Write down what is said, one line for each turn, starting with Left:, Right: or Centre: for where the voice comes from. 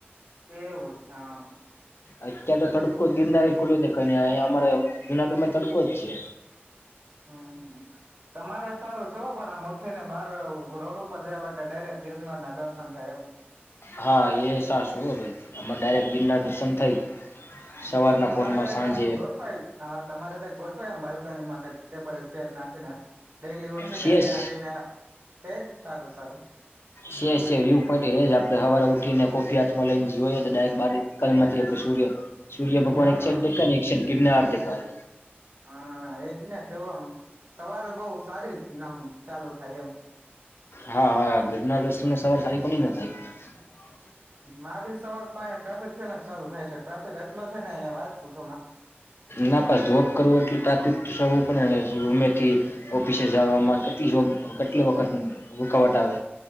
Right: એવું અચછા હા
Left: અત્યારે તો તડકો જ ગિરનાર ખુલ્યો દેખાય ને અહીંયા અમારે જુનાગઢમાં તડકો જ છે.
Right: હમ તમારે સારું છે, હ પણ આમ ઉઠીને બાર રોડ ઉપર જાવ એટલે ડાયરેક્ટ ગિરનારના દર્શન થાય એમ
Left: હા એ સાચું હવે અમારે ડાયરેક ગીરનાર દર્શન થઈ સવારના
Right: તમારે
Left: પોરમાં
Right: કઈક
Left: સાંજે
Right: અમ ગોઠવાઈ હા તમારે કઈક ગોઠ વાઈ એમ બાલ્કનીમાં ટેબલ ચેર નાખીને ડેલી ઉઠીને
Left: સીએસ
Right: ત્યાં જઈને એજ સારું સારું
Left: સે સે વ્યુ પોઈન્ટ હે જ આપણે સવારે ઉઠીને કોફી હાથમાં લઈને જોઈએ તો ડાયરેક બાર કલમમાંથી આપણે સૂ ર્ય સૂર્ય ભગવાન
Right: હા
Left: એક સાઇડ દેખાય ને એક સાઈડ ગિરનાર દેખાય
Right: હમ એજને કેવુ એમ સવારે બોવ સારી નામ ચાલુ થાય એમ
Left: હા હા ગિરનાર દર્શનને સવાર સારી કોની ન થાય
Right: મારી સવાર તો અહીયા ટ્રાફિકથી જ ચાલુ થાય છે, ટ્રાફિક એટલો છે, ને અંયા વાત પૂછો માં
Left: ના પાણ જોબ કરવું એટલે ટ્રાફિક તો જવું પડે ગમેથી ઓફિસે જવામાં કેટલી જોબ કેટલી વખત રૂકાવટ આવે